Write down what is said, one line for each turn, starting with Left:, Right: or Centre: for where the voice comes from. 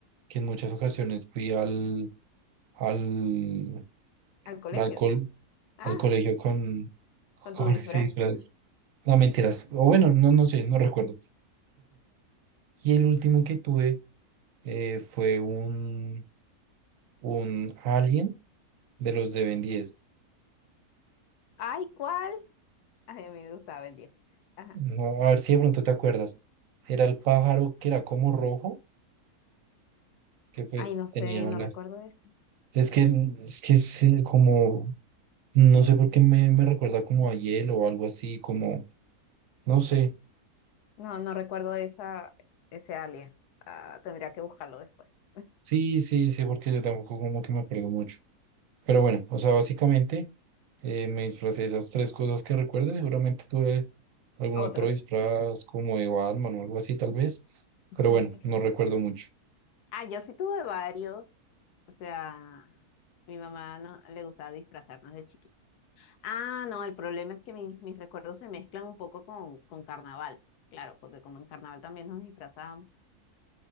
Right: que en muchas ocasiones fui al, al,
Left: Al colegio.
Right: alcohol
Left: Ah,
Right: al colegio con, con
Left: con tu disfraz.
Right: ese disfraz. No, mentiras. O bueno, no, no sé, no recuerdo. Y el último que tuve eh, fue un, un alien de los de Ben 10.
Left: Ay, ¿cuál? Ay, a mí me gustaba el diez Ajá.
Right: No, a ver si de pronto te acuerdas. Era el pájaro que era como rojo, que pues
Left: Ay, no sé,
Right: tenía
Left: no
Right: alas.
Left: recuerdo eso
Right: Es que, es que es eh, como, no sé por qué me, me recuerda como a hielo o algo así, como, no sé.
Left: No, no recuerdo esa, ese alien. Ah, tendría que buscarlo después.
Right: Sí, sí, sí, porque yo tampoco como que me acuerdo mucho. Pero bueno, o sea, básicamente eh, me disfracé de esas tres cosas que recuerdo. Seguramente tuve algún
Left: Otros.
Right: otro disfraz
Left: Sí.
Right: como de Batman o algo así, tal vez.
Left: <laughs>
Right: Pero bueno, no recuerdo mucho.
Left: Ah, yo sí tuve varios. O sea, mi mamá no le gustaba disfrazarnos de chiquita. Ah, no, el problema es que mis, mis recuerdos se mezclan un poco con, con carnaval. Claro, porque como en carnaval también nos disfrazábamos.